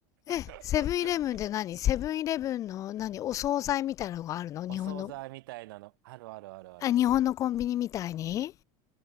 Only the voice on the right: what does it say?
<laughs>
お惣菜みたいなの、あるあるあるある。